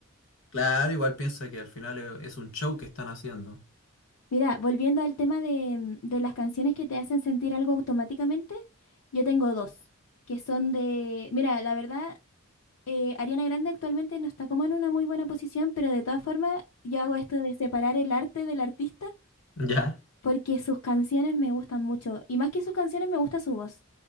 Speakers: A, on the left (about 60°); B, on the left (about 75°).
A: Claro, igual piensa que al final e- es un show que están haciendo.
B: Mira, volviendo al tema de, mm, de las canciones que te hacen sentir algo automáticamente, yo tengo dos, que son de... Mira, la verdad... eh, Ariana Grande actualmente no está como en una muy buena posición, pero de todas formas yo hago esto de separar el arte del artista
A: ¿Ya?
B: porque sus canciones me gustan mucho y más que sus canciones me gusta su voz.